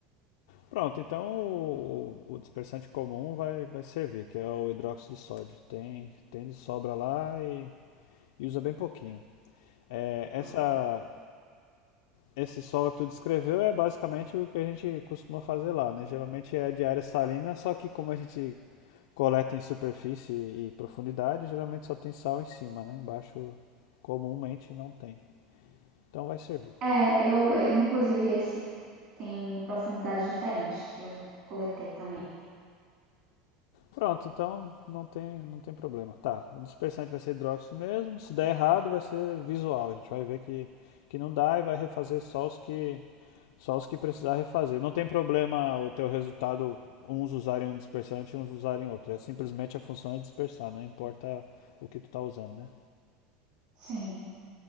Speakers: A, on the left; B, on the right.
A: Pronto, então o, o dispersante comum vai, vai servir, que é o hidróxido de sódio. Tem, tem de sobra lá e, e usa bem pouquinho. É, essa,
B: Ah,
A: esse solo que tu descreveu é basicamente o que a gente costuma fazer lá, né? Geralmente é de área salina, só que como a gente coleta em superfície e profundidade, geralmente só tem sal em cima, né? Embaixo comumente não tem. Então vai servir.
B: É, eu, é, inclusive esse tem profundidades diferentes que eu coletei também.
A: Pronto, então não tem, não tem problema. Tá, o dispersante vai ser hidróxido mesmo. Se der errado, vai ser visual. A gente vai ver que, que não dá e vai refazer só os que só os que precisar refazer. Não tem problema o teu resultado uns usarem um dispersante e uns usarem outro. É simplesmente a função é dispersar, não importa o que tu tá usando, né?
B: Sim,